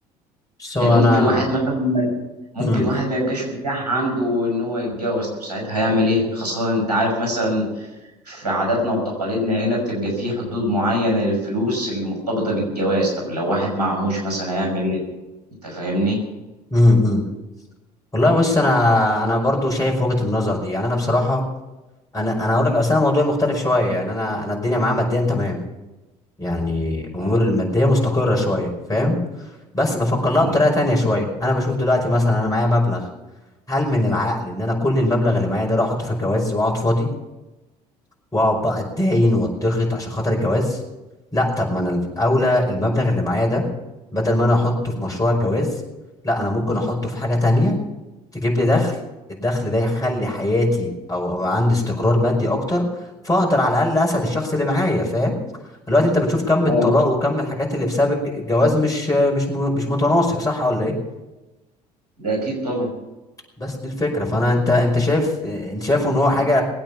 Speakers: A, on the left; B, on the right.
A: بس
B: لان
A: هو
B: ممكن
A: انا
B: واحد مثلا ما- ممكن
A: امم
B: واحد ما يبقاش متاح عنده ان هو يتجوز طب ساعتها هيعمل ايه خاصة انت عارف مثلا في عاداتنا وتقاليدنا هنا بتبقى في حدود معينة للفلوس اللي مرتبطة بالجواز طب لو واحد معهوش مثلا هيعمل ايه انت فاهمني
A: امم والله بص انا انا برضو شايف وجهة النظر دي يعني انا بصراحه انا انا هقول لك بس انا موضوعي مختلف شويه يعني انا انا الدنيا معايا ماديا تمام يعني
B: اه
A: اموري الماديه مستقره شويه فاهم بس بفكر لها
B: اه
A: بطريقه تانية شويه انا بشوف دلوقتي مثلا انا معايا مبلغ هل من العقل ان انا كل المبلغ اللي معايا ده اروح احطه في الجواز واقعد فاضي واقعد بقى اتداين واتضغط عشان خاطر الجواز لا طب ما انا الاولى المبلغ اللي معايا ده بدل ما انا احطه في مشروع الجواز لا انا ممكن احطه في حاجه تانية تجيب لي دخل الدخل ده يخلي حياتي او أبقى عندي استقرار مادي اكتر فاقدر على الاقل اسعد الشخص اللي معايا فاهم دلوقتي انت بتشوف كم
B: اه
A: الطلاق وكم الحاجات اللي بسبب الج- الجواز مش مش م- مش متناسق صح ولا ايه
B: ده اكيد طبعا
A: بس دي الفكره فانا انت انت شايف انت شايفه ان هو حاجه